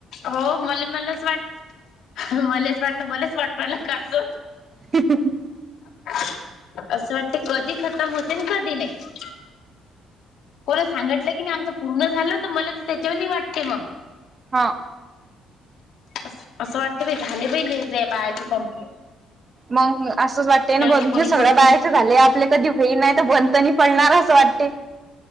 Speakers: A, on the left; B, on the right.
A: हो मले मलाच वाट मलेच वाटलं मलेच वाटू राहिलं काय असं
B: <inaudible>
A: असं वाटते कधी खतम होते अन कधी नाही. कोण सांगितलं की नाही आमचं पूर्ण झालं तर मले त त्याच्याहूनही वाटते मग.
B: हां
A: अस असं वाटते बाई झाले बाई या बायाचे कम्प्लीट.
B: मग असंच वाटतय ना बघ
A: काही कोणी
B: जे सगळ्या
A: सोपतीच
B: बायाचे झाले आपले कधी होईल नाही त बंद त नी पडणार असं वाटते.